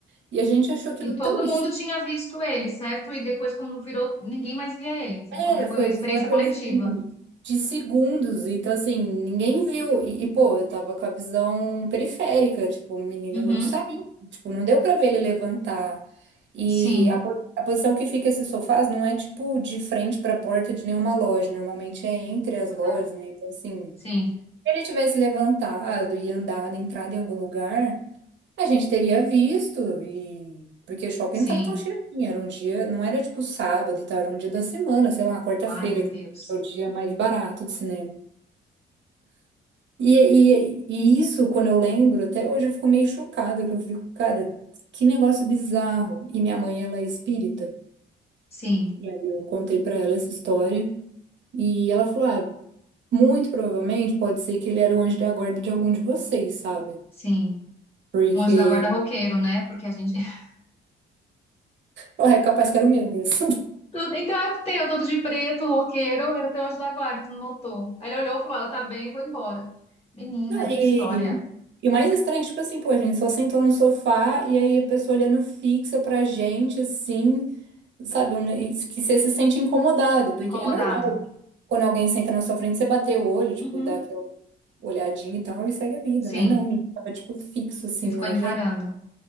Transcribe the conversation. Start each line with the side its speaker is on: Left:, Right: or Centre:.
Right: E a gente achou aquilo
Left: E
Right: tão
Left: todo mundo tinha visto ele, certo? E depois, quando virou, ninguém mais via ele.
Right: É,
Left: Então foi
Right: foi,
Left: uma experiência
Right: foi a coisa
Left: coletiva.
Right: assim, de segundos. Então, assim, ninguém viu. E, e, pô, eu tava com a visão periférica. Tipo, o menino
Left: Uhum,
Right: não saiu. Tipo, não deu pra ver ele levantar. E
Left: sim.
Right: a, po- a posição que fica esses sofás não é, tipo, de frente pra porta de nenhuma loja. Normalmente é entre as
Left: Aham.
Right: lojas, né? Então, assim, se
Left: Sim,
Right: ele tivesse levantado e andado, entrado em algum lugar. A gente teria visto e porque o shopping
Left: sim.
Right: não tava tão cheio assim, era um dia, não era tipo sábado e tal, era um dia da semana, sei lá, quarta-feira,
Left: Ai, meu
Right: que
Left: Deus.
Right: é o dia mais barato de cinema. E, e, e isso, quando eu lembro, até hoje eu fico meio chocada, que eu fico, cara, que negócio bizarro. E minha mãe, ela é espírita.
Left: Sim.
Right: E aí eu contei pra ela essa história e ela falou: "Ah, muito provavelmente pode ser que ele era o anjo da guarda de algum de vocês, sabe?
Left: Sim.
Right: Porque,
Left: Um anjo da guarda roqueiro, né? Porque a gente. <laughs>
Right: ó, é capaz que era o meu mesmo."
Left: Tudo- Então era o teu, todo de preto, roqueiro, era o teu anjo da guarda, tu não notou. Aí ele olhou e falou: ela tá bem, vou embora. Menina,
Right: Não, e,
Left: que história.
Right: e o mais estranho, tipo assim, pô, a gente só sentou no sofá e aí a pessoa olhando fixa pra gente, assim, sabe? Um, e que você se sente incomodado, porque
Left: Incomodado.
Right: é normal quando alguém senta na sua frente, você bater o olho, tipo,
Left: Uhum.
Right: dá aquela olhadinha e tal, e segue a vida.
Left: Sim.
Right: Mas não, o menino tava, tipo, fixo, assim,
Left: E
Right: na
Left: ficou encarando.
Right: gente.